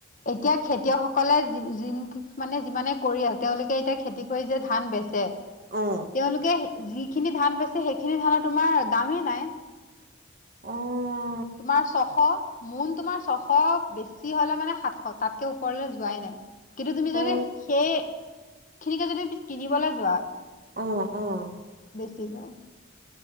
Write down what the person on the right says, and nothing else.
অ
অ' অ'।
অ
অহ্ অ'।